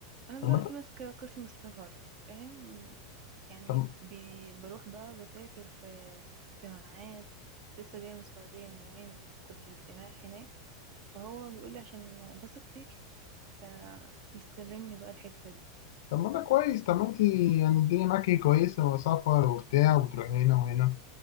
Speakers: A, on the right (about 40°); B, on the left (about 65°).
A: انا
B: طب
A: دلوقتي
B: ما ده
A: ماسكة قسم السفر فاهم يعني
B: طب
A: بي بروح بقى بسافر في اجتماعات لسه جاية من السعودية من يومين كنت في اجتماع هناك فهو بيقول لي عشان بثق فيكي فمستلمني بقى الحتة دي
B: طب ما ده كويس طب ما انت يعني الدنيا معاكي كويسه وسفر وبتاع وبتروحي هنا وهنا